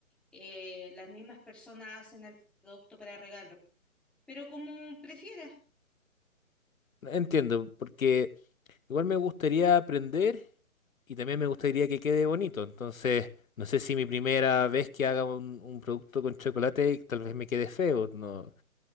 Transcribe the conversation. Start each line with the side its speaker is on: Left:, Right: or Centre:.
Centre: eh, las mismas personas hacen el producto para regalo, pero como prefieras.
Left: Entiendo, porque igual me gustaría aprender y también me gustaría que quede bonito. Entonces, no sé si mi primera vez que haga un, un producto con chocolate tal vez me quede feo, ¿no?